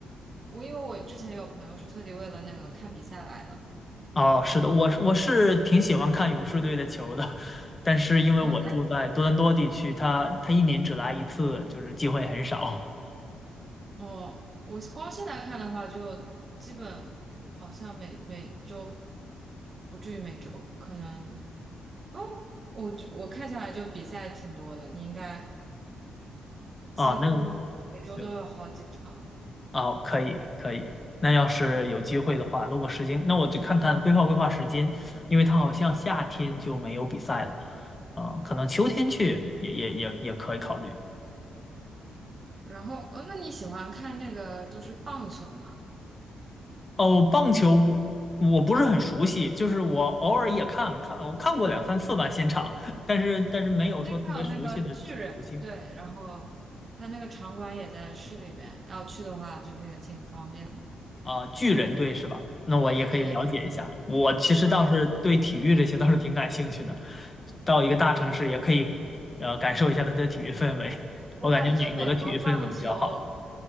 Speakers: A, on the right; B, on the left.
A: 我因为我之前有朋友是特地为了那个看比赛来的。
B: 哦，是的，我是我是挺喜欢看勇士队的球的，<laughs> 但是因为我住在多伦多地区，
A: 哦，那
B: 他他一年只来一次，就是机会很少
A: 哦，我光现在看的话，就基本好像每每周不至于每周，可能哦，我就我看下来就比赛挺多的，你应该几乎每周都有好几场。
B: 啊。那对，哦，可以可以。那要是有机会的话，如果时间，那我就看看规划规划时间，因为他好像夏天就没有比赛了啊，可能秋天去也也也也可以考虑。
A: 然后，呃、那你喜欢看那个就是棒球吗？
B: 哦，棒球我我不是很熟悉，就是我偶尔也看看，我看过两三次吧现场，<laughs> 但是但是没有说特别熟悉的球星
A: 最近有那个巨人队，然后他那个场馆也在市里边，要去的话就是也挺方便的。
B: 啊，巨人队是吧？那我也可以了解一下。
A: 对对对，
B: 我其实倒是对体育这些倒是挺感兴趣的，
A: 啊。
B: 到一个大城市也可以呃感受一下它的体育氛围。
A: 我感觉就美国棒球，
B: 我感觉美国的体育氛围比较好